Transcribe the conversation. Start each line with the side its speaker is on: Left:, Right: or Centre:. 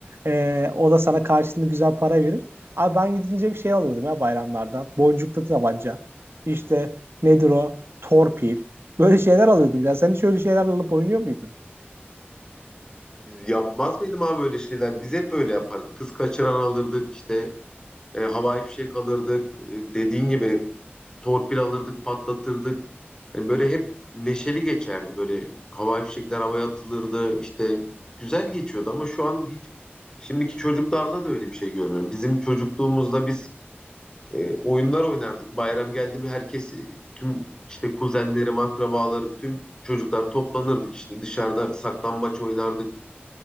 Right: Ee, o da sana karşılığında güzel para verir. Abi ben gidince bir şey alıyordum ya bayramlarda. Boncuklu tabanca. İşte nedir o? Torpil. Böyle şeyler alıyordum ya. Sen hiç öyle şeyler alıp oynuyor muydun?
Left: Yapmaz mıydım abi öyle şeyler? Biz hep öyle yapardık. Kız kaçıran alırdık işte e, havai fişek alırdık. E, dediğin gibi torpil alırdık, patlatırdık. Hani böyle hep neşeli geçerdi. Böyle havai fişekler havaya atılırdı. İşte güzel geçiyordu ama şu an hiç şimdiki çocuklarda da öyle bir şey görmüyorum. Bizim çocukluğumuzda biz e, oyunlar oynardık. Bayram geldi mi herkes e, tüm işte kuzenlerim, akrabalarım, tüm çocuklar toplanırdık işte dışarıda saklambaç oynardık.